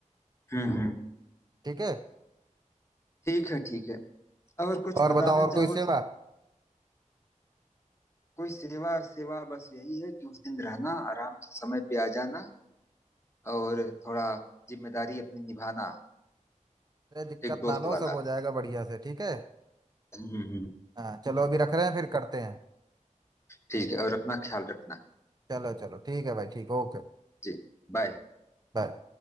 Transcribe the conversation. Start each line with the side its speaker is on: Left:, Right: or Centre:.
Left: हम्म हम्म।
Right: ठीक है
Left: ठीक है ठीक है और कुछ
Right: और
Left: बताना
Right: बताओ और कोई
Left: चाहो
Right: सेवा
Left: कोई सेवा सेवा बस यही है कि उस दिन रहना आराम से समय पे आ जाना और थोड़ा जिम्मेदारी अपनी निभाना
Right: अरे दिक्कत
Left: एक दोस्त
Right: ना लो
Left: वाला
Right: सब हो जाएगा बढ़िया से ठीक है
Left: हम्म हम्म हम्म।
Right: हाँ चलो अभी रख रहे हैं फिर करते हैं
Left: ठीक है और अपना ख्याल रखना
Right: चलो चलो ठीक है भाई ठीक ओके
Left: जी बाय
Right: बाय